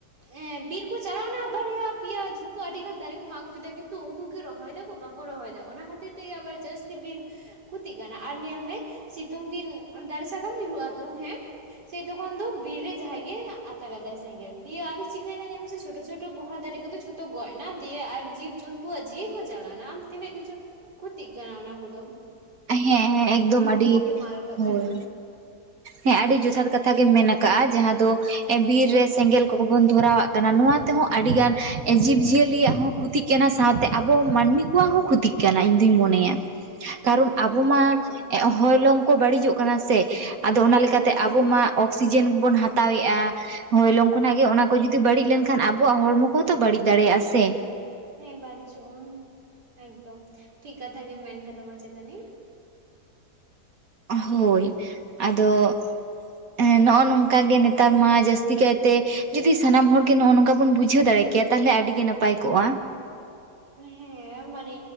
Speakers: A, on the right; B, on the right.
A: ᱮᱸ ᱵᱤᱨ ᱠᱚ ᱪᱟᱞᱟᱣ ᱱᱟ ᱵᱟᱨᱭᱟ ᱯᱮᱭᱟ ᱡᱷᱚᱛᱚ ᱟᱹᱰᱤ ᱜᱟᱱ ᱫᱟᱨᱮ ᱠᱚ ᱢᱟᱜ ᱟᱹᱜᱩ ᱠᱮᱫᱟ ᱠᱤᱱᱛᱩ ᱩᱱᱠᱩ ᱠᱤ ᱨᱚᱦᱚᱭ ᱫᱟ ᱠᱚ ᱵᱟᱼᱼ ᱠᱚ ᱨᱚᱦᱚᱭ ᱮᱫᱟ ᱚᱱᱟ ᱠᱷᱟᱹᱛᱤᱨ ᱛᱮᱜᱮ ᱟᱵᱟᱨ ᱡᱟᱹᱥᱛᱤ ᱵᱤᱨ ᱠᱷᱚᱛᱤᱜ ᱠᱟᱱᱟ ᱟᱨ ᱧᱮᱞ ᱢᱮ ᱥᱤᱛᱩᱝ ᱫᱤᱱᱼᱼ ᱫᱟᱨᱮ ᱥᱟᱠᱟᱢ ᱧᱩᱨᱩᱜ ᱟ ᱛᱚ ᱦᱮᱸ ᱥᱮ ᱛᱚᱠᱷᱚᱱ ᱫᱚ ᱵᱤᱨ ᱨᱮ ᱡᱟᱦᱟᱸᱭ ᱜᱮ ᱟᱛᱟᱨ ᱟᱫᱟᱭ ᱥᱮᱸᱜᱮᱞ ᱫᱤᱭᱮ ᱟᱫᱚ ᱪᱤᱠᱟᱹᱭ ᱮᱱᱟ ᱧᱟᱢ ᱢᱮ ᱥᱮ ᱪᱷᱳᱴᱳ ᱪᱷᱳᱴᱳ ᱯᱚᱦᱟ ᱫᱟᱨᱮ ᱠᱚᱫᱚ ᱡᱷᱚᱛᱚ ᱜᱚᱡ ᱮᱱᱟ ᱫᱤᱭᱮ ᱟᱨ ᱡᱤᱵᱽ ᱡᱚᱱᱛᱩᱣᱟ ᱡᱤᱭᱤ ᱦᱚᱸ ᱟᱟᱞᱟᱣ ᱱᱟ ᱟᱨ ᱛᱤᱱᱟᱹᱜ ᱠᱤᱪᱷᱩᱼᱼ ᱠᱷᱩᱛᱤᱜ ᱠᱟᱱᱟ ᱚᱱᱟ ᱠᱚ ᱫᱚᱼᱼ
B: ᱦᱮᱸ ᱦᱮᱸ ᱮᱠᱫᱚᱢ ᱟᱹᱰᱤ
A: ᱢᱟᱨᱟᱴᱚᱜ
B: ᱦᱳᱭᱼᱼ
A: ᱠᱟᱱᱟ
B: ᱦᱮᱸ ᱟᱹᱰᱤ ᱡᱚᱛᱷᱟᱛ ᱠᱟᱛᱷᱟ ᱜᱮᱢ ᱢᱮᱱ ᱟᱠᱟᱜᱼᱟ ᱡᱟᱦᱟᱸ ᱫᱚ ᱵᱤᱨ
A: ᱦᱮᱸ
B: ᱨᱮ ᱥᱮᱸᱜᱮᱞ ᱠᱚ ᱵᱚᱱ ᱫᱷᱚᱨᱟᱣᱟᱜ ᱠᱟᱱᱟ ᱱᱚᱣᱟ ᱛᱮᱦᱚᱸ ᱟᱹᱰᱤᱜᱟᱱᱼᱼ ᱡᱤᱵᱽ ᱡᱤᱭᱟᱹᱞᱤᱭᱟᱜ ᱦᱚᱸ ᱠᱷᱚᱛᱤᱜ ᱠᱟᱱᱟ ᱥᱟᱶ ᱛᱮ ᱟᱵᱚ ᱢᱟᱹᱱᱢᱤ ᱠᱚᱣᱟᱜ ᱦᱚᱸ ᱠᱷᱚᱛᱤᱜ ᱠᱟᱱᱟ ᱤᱧ ᱫᱩᱧ ᱢᱚᱱᱮᱭᱟ ᱠᱟᱨᱚᱱ ᱟᱵᱚ
A: ᱦᱮᱸ
B: ᱢᱟᱼᱼ
A: ᱦᱮᱸ
B: ᱦᱚᱭᱞᱚᱝ ᱠᱚ ᱵᱟᱹᱲᱤᱡᱚᱜ ᱠᱟᱱᱟ ᱥᱮ ᱟᱫᱚ ᱚᱱᱟ ᱞᱮᱠᱟ
A: ᱦᱮᱸ
B: ᱛᱮ ᱟᱵᱚ ᱢᱟ ᱚᱠᱥᱤᱡᱮᱱ ᱵᱚᱱ ᱦᱟᱛᱟᱣ ᱦᱟᱛᱟᱣᱮᱫᱼᱟ ᱦᱚᱭᱞᱚᱝ ᱠᱷᱚᱱᱟᱜ ᱜᱮ ᱚᱱᱟ ᱠᱚ ᱡᱩᱫᱤ ᱵᱟᱹᱲᱤᱡ ᱞᱮᱱ ᱠᱷᱟᱱ ᱟᱵᱚᱣᱟᱜ ᱦᱚᱲᱢᱚ ᱠᱚᱦᱚᱸ ᱛᱚ ᱵᱟᱹᱲᱤᱡ ᱫᱟᱲᱮᱭᱟᱜᱼᱟ ᱥᱮ
A: ᱦᱮᱸ ᱵᱟᱹᱲᱤᱡᱚᱜᱼᱟ ᱮᱠᱫᱚᱢ ᱴᱷᱤᱠ ᱠᱟᱛᱷᱟ ᱜᱮᱢ ᱢᱮᱱ ᱠᱟᱫᱟᱢ ᱢᱟᱪᱮᱛᱟᱹᱱᱤ
B: ᱦᱳᱭ ᱟᱫᱚᱼᱼ ᱦᱮᱸ ᱱᱚᱜᱼᱚ ᱱᱚᱝᱠᱟ ᱜᱮ ᱱᱮᱛᱟᱨ ᱢᱟ ᱡᱟᱹᱥᱛᱤ ᱠᱟᱭᱛᱮᱼᱼ ᱡᱩᱫᱤ ᱥᱟᱱᱟᱢ ᱦᱚᱲ ᱜᱮ ᱱᱚᱜ ᱚᱭ ᱱᱚᱝᱠᱟ ᱵᱚᱱ ᱵᱩᱡᱷᱟᱹᱣ ᱫᱟᱲᱮ ᱠᱮᱭᱟ ᱛᱟᱦᱚᱞᱮ ᱟᱹᱰᱤ ᱜᱮ ᱱᱟᱯᱟᱭ ᱠᱚᱜᱼᱟ
A: ᱦᱮᱸ ᱢᱟᱱᱮᱼᱼ